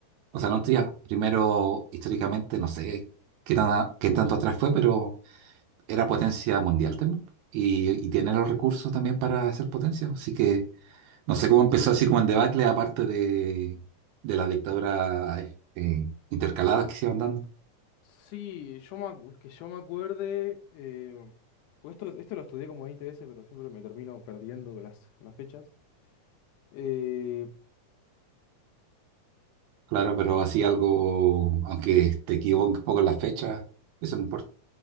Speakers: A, on the right (about 75°); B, on the left (about 80°).
A: o sea, no en teoría, primero históricamente no sé qué tan, qué tanto atrás fue, pero era potencia mundial también y, y tiene los recursos también para ser potencia, así que no sé cómo empezó así como el debacle aparte de, de la dictadura eh, intercaladas que se iban dando.
B: Sí, yo me, acu- que yo me acuerde. eh, pues esto, esto lo estudié como 20 veces, pero siempre me termino perdiendo con las, con las fechas. Eh,
A: Claro, pero así algo, aunque te equivoques un poco en las fechas, eso no importa.